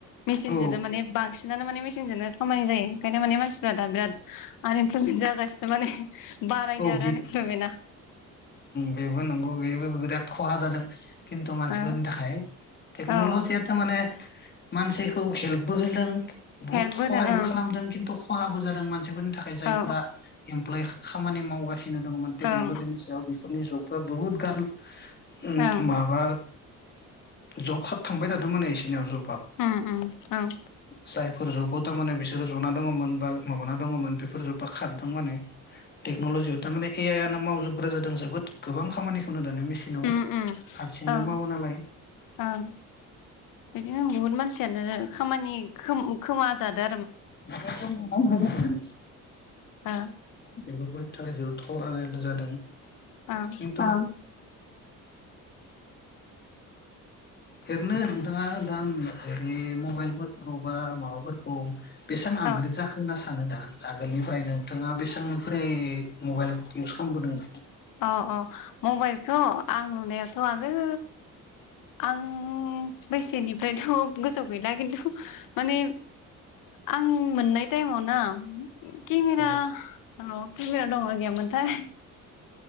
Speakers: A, on the left; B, on the left.
A: मेसिनजों
B: औ
A: माने बांसिनानो माने मेसिनजों बिराद खामानि जायो ओंखायनो माने मानसिफोरा दा बिराद आनइमप्लयमेन जागासिनो। माने बारायदो
B: औ
A: आरो
B: बि
A: आनइमप्लयमेन्टआ
B: बेबो नंगौ बेबो बिराद खहा जादों। खिन्तु मानसिफोरनि
A: ओ
B: थाखाय टेक्नलजियाट
A: ओ औ
B: माने मानसिखौ हेल्पबो होदों बुहुत
A: हेल्प होदों
B: हहायबो
A: ओं
B: खालामदों खिन्थु खहाबो जादों मानसिफोर थाखाय जायफोरा
A: औ
B: इमप्लय खामानि मावगासिनो। दङमोन टेक्नलजिनि
A: औ ओं
B: सायाव बेफोरनि जुग। बहुत गार उम
A: ओं
B: माबा जब खाब थांबाय थादों माने इसोरनियाव जब
A: उम उम ओं
B: <unintelligible> जायफोर जबोद थारमाने बिसोर जना दङमोन बा माबा दङमोन बा खाद माने टेक्नलजि आयाव थामाने ए आइ आनो मावजोबग्रा जादों जोबोद गोबां खामानिखौनो। दानो मेसिनाव
A: उम उम
B: हारसिंनो
A: ओं
B: मावो नालाय
A: ओं बिदिनो बहुत मानसि सियानो खामानि खोम खोमा जादो
B: <unintelligible> नि
A: ओ
B: थाखाय जथलानाय जादों।
A: ओं
B: एनथ आं ओरैनो नोंथाङा दा ऐ मबाइलफोरखौ बा माबाफोरखौ बेसेबां आपग्रेड
A: औ
B: जाखो होनना सानो दा? आगोलनिफ्राय नोंथाङा बेसेबांनिफ्राय मबाइल इउस खालामबोदोंमोन
A: अ अ मबाइलखौ आं नुनायाव थ आगोल आं बैसेनिफ्रायथगोसोआव गैला खिन्थु माने आं मोननाय टाइमाव ना केमेरा
B: औ
A: रौ केमेरा दंना गैयामोन। थाय